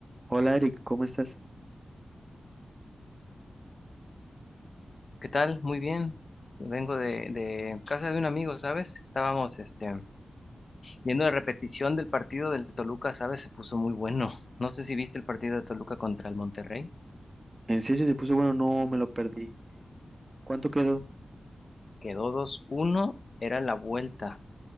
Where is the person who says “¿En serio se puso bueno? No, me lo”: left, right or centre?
Right